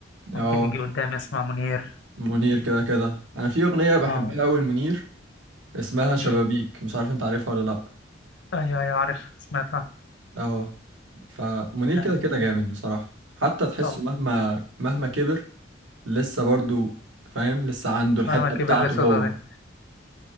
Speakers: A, on the right (about 80°); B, on the left (about 65°).
A: اه
B: ممكن يجي قدامي اسمع منير
A: منير كده كده انا في اغنيه بحبها
B: اه
A: قوي منير اسمها شبابيك
B: امم
A: مش عارف انت عارفها ولا لا
B: ايوه ايوه عارف سمعتها
A: اه فمنير
B: اه
A: كده كده جامد بصراحه حتى تحسه
B: أو
A: مهما مهما كبر لسه برضو فاهم لسه عنده الحته
B: مهما كبر
A: بتاعته
B: لسه
A: هو
B: صغير